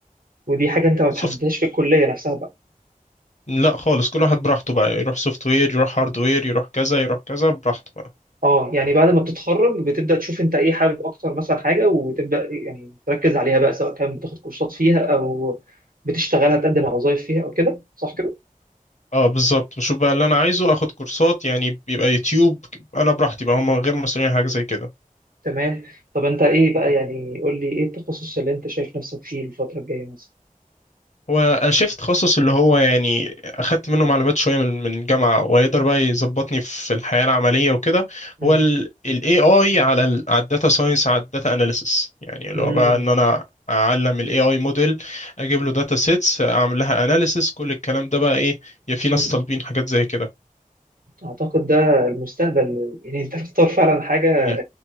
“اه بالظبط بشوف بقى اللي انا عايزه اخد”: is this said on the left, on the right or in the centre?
Left